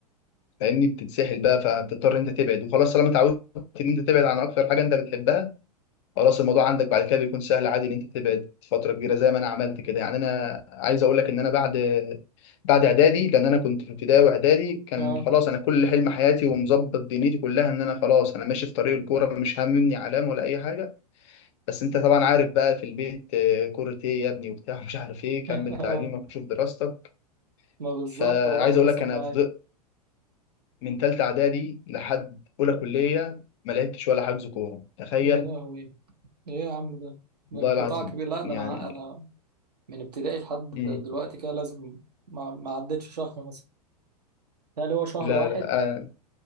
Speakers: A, on the left; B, on the right.
A: فاهمني بتتسحل بقى فتضطر إن أنت تبعد وخلاص طالما اتعودت إن أنت تبعد عن أكتر حاجة أنت بتحبها خلاص الموضوع عندك بعد كده بيكون سهل عادي إن أنت تبعد فترة كبيرة زي ما أنا عملت كده يعني أنا عايز أقول لك إن أنا بعد بعد إعدادي لأن أنا كنت في ابتدائي وإعدادي كان
B: اه
A: خلاص أنا كل حلم حياتي ومظبط دنيتي كلها إن أنا خلاص أنا ماشي في طريق الكورة مش هاممني علام ولا أي حاجة بس أنت طبعا عارف بقى في البيت آه، كورة إيه يا ابني وبتاع مش عارف إيه كمل
B: <laughs>
A: تعليمك
B: اه
A: وشوف دراستك
B: ما بالظبط
A: فعايز
B: هو ده اللي حصل
A: اقول لك انا
B: معايا
A: فضلت من ثالثه اعدادي لحد اولى كليه ما لعبتش ولا حجز كوره تخيل
B: يا لهوي ايه يا عم ده ده
A: والله
B: انقطاع
A: العظيم
B: كبير لا ده
A: يعني
B: انا انا من ابتدائي لحد
A: مم.
B: دلوقتي كده لازم ما ما عدتش شهر مثلا يعني هو شهر
A: لا
B: واحد
A: لا آه.